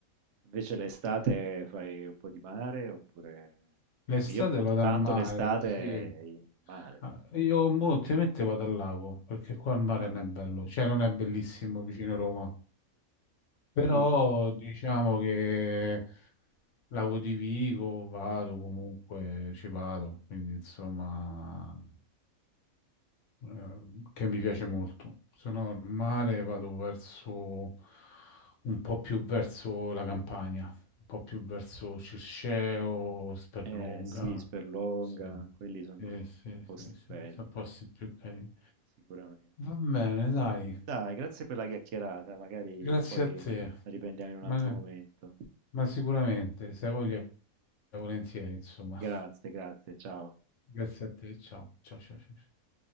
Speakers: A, on the right; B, on the left.
A: Invece l'estate fai un po' di mare oppure...
B: L'estate
A: Perché io nuoto
B: vado
A: tanto
B: al mare,
A: l'estate
B: sì.
A: in mare.
B: Ah,
A: insomma.
B: Io mo, ultimamente vado al lago, perché qua il mare
A: Ah,
B: non è bello, cioè non
A: mm.
B: è bellissimo vicino a Roma. Però
A: sì, sì.
B: diciamo che Lago di Vigo vado comunque, ci vado, quindi insomma, eh, che mi piace molto. Se no, al mare vado verso un po' più verso la Campania, un po' più verso Circeo, Sperlonga.
A: Eh, sì, Sperlonga,
B: Sì,
A: quelli sono
B: sì, sì,
A: posti
B: sì, sì,
A: belli,
B: sono posti più carini.
A: sicuramente.
B: Va bene, dai,
A: Dai, grazie per la chiacchierata, magari
B: grazie
A: poi
B: a te,
A: la riprendiamo in un
B: ma,
A: altro momento.
B: ma sicuramente, se hai voglia, volentieri, insomma.
A: Grazie, grazie, ciao.
B: Grazie a te, ciao, ciao, ciao, ciao. ciao.